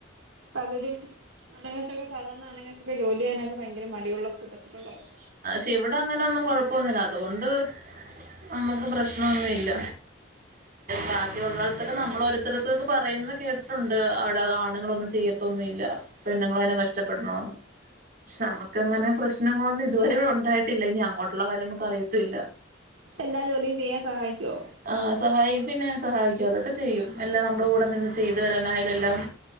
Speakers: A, on the right (about 70°); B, on the right (about 50°).
A: പലരും ആണുങ്ങക്കൊക്കെ സാധാരണ ആണുങ്ങക്കൊക്കെ ജോലിയ്യാനൊക്കെ ഭയങ്കര മടിയുള്ള കൂട്ടത്തിലുള്ള ആളാ
B: ട്ടി ഇവിടെ അങ്ങനൊന്നും കൊഴപ്പൊന്നുംല്ല അതുകൊണ്ട് നമ്മുക്ക് പ്രശ്ന ഒന്നു ഇല്ല ബാക്കിയുള്ളടത്തൊക്കെ നമ്മളോരോത്തർത്തൊക്കെ പറയുന്ന കേട്ട്ട്ടുണ്ട് അവിടെ ആണുങ്ങളൊന്നും ചെയതി ത്തൊന്നു ഇല്ല പെണ്ണുങ്ങളെന്നെ കഷ്ടപ്പെടൊണോന്ന് പക്ഷേ അമ ക്കെങ്ങനെ പ്രശ്നങ്ങളൊന്നും ഇതുവരെ ഉണ്ടായിട്ടില്ല ഇനി അങ്ങോട്ടുള്ള കാര്യ അമ്മക്ക് അറിയത്തൂല്ല.
A: എല്ലാ ജോലിയും ചെയ്യാൻ സഹായിക്കോ?
B: ആഹ് സഹായി പിന്നെ സഹായിക്കും അതൊക്കെ ചെയ്യും എല്ലാം നമ്മുടെ കൂടെ നിന്ന് ചെയ്ത് തരാനായാലും എല്ലാം.